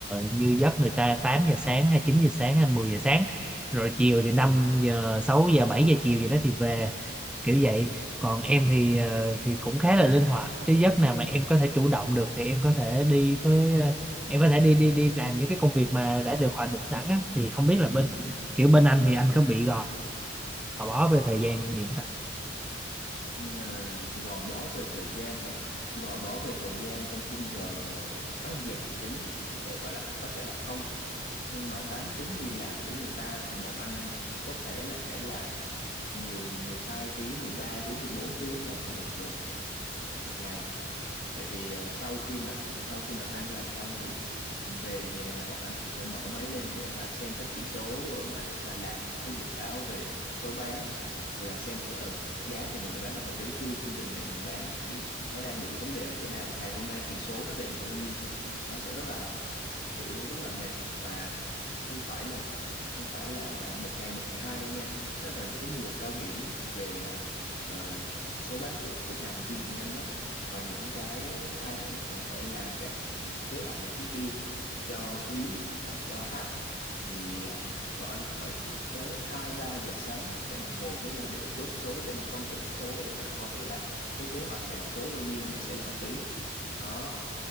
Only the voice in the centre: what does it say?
như giấc người ta 8 giờ sáng hay 9 giờ sáng hay 10 giờ sáng rồi chiều thì 5 giờ 6 giờ 7 giờ chiều gì đó thì về kiểu vậy còn em thì ờ, thì cũng khá là linh hoạt cái giấc nào mà em có thể chủ động được thì em có thể đi với ờ, em có thể đi đi đi làm những cái công việc mà đã được hoạch định sẵn á thì không biết là
bên kiểu bên anh thì anh có bị gò bó về thời gian gì không?